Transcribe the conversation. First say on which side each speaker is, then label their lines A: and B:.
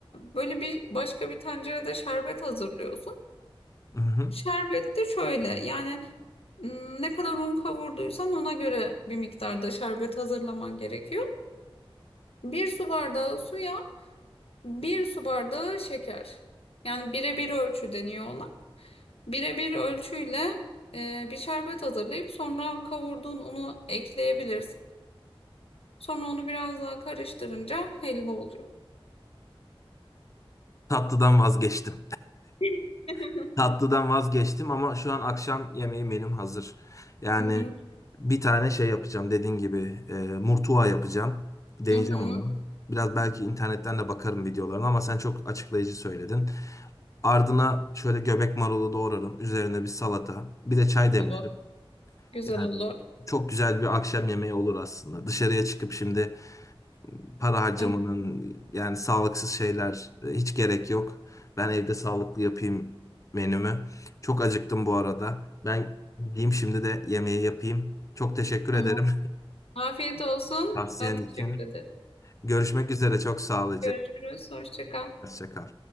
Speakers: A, on the left; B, on the left.
A: böyle bir başka bir tencerede şerbet hazırlıyorsun.
B: Hı hı.
A: Şerbet de şöyle yani m, ne kadar un kavurduysan ona göre bir miktarda şerbet hazırlaman gerekiyor. Bir su bardağı suya bir su bardağı şeker. Yani birebir ölçü deniyor ona. Birebir ölçüyle e, bir şerbet hazırlayıp sonra kavurduğun unu ekleyebilirsin. Sonra onu biraz daha karıştırınca helva oluyor.
B: Tatlıdan vazgeçtim.
A: Hı
B: <laughs> Tatlıdan vazgeçtim ama şu an akşam yemeği benim hazır. Yani
A: hı.
B: bir tane şey yapacağım dediğin gibi e, murtuva yapacağım. Deneyeceğim
A: Hı hı.
B: onu. Biraz belki internetten de bakarım videolarına ama sen çok açıklayıcı söyledin. Ardına şöyle göbek marulu doğrarım. Üzerine bir salata. Bir de çay demlerim.
A: Olur. Güzel
B: Yani
A: olur.
B: çok güzel bir akşam yemeği olur aslında. Dışarıya çıkıp şimdi para harcamanın
A: Evet.
B: yani sağlıksız şeyler e, hiç gerek yok. Ben evde sağlıklı yapayım menümü. Çok acıktım bu arada. Ben gideyim şimdi de yemeği yapayım. Çok teşekkür
A: Tamam.
B: ederim
A: Afiyet olsun.
B: <laughs> tavsiyen
A: Ben teşekkür
B: için.
A: ederim.
B: Görüşmek üzere. Çok sağ ol
A: Görüşürüz. Hoşça kal.
B: Hoşça kal.